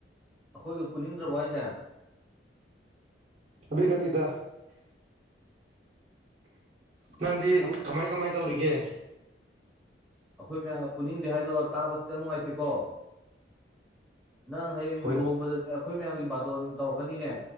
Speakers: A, in the centre; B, on the right.
A: ꯑꯩꯈꯣꯏꯒꯤ ꯄꯨꯅꯤꯡꯗ꯭ꯔꯕ ꯍꯥꯏꯁꯦ
B: ꯑꯗꯨꯗ ꯏ ꯅꯠꯇꯗ ꯅꯪꯗꯤ
A: ꯑꯩꯈꯣꯏ
B: ꯀꯃꯥꯏ ꯀꯃꯥꯏ ꯇꯧꯔꯤꯒꯦ
A: ꯑꯩꯈꯣꯏ ꯃꯌꯥꯝꯅ ꯄꯨꯅꯤꯡꯗꯦ ꯍꯥꯏꯗꯣ ꯇꯥꯕ ꯈꯤꯇꯪ ꯅꯨꯡꯉꯥꯏꯁꯤꯀꯣ ꯅꯪ ꯍꯌꯦꯡ
B: ꯍꯣꯏ
A: ꯂꯨꯍꯣꯡꯕꯗꯗꯤ ꯑꯩꯈꯣꯏ ꯃꯌꯥꯝꯒꯤ ꯕꯥꯇꯣꯟ ꯇꯧꯔꯛꯀꯅꯤꯅꯦ